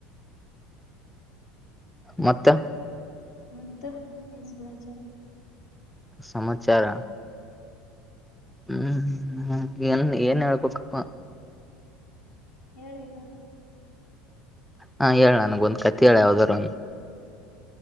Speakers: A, in the centre; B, on the left.
A: ಮತ್ತ
B: ಮತ್ತ ಈ ಸಮಾಚಾರ
A: ಸಮಾಚಾರ ಹ್ಮ್ ಏನ್ ಏನ್ ಹೇಳ್ಬೇಕಪ್ಪಾ
B: ಹೇಳ ಏನಾರ
A: ಹಾ ಹೇಳ ನನ್ ಗೊಂದ್ ಕಾಯತಿ ಹೇಳ ಯಾವ್ದಾರೂ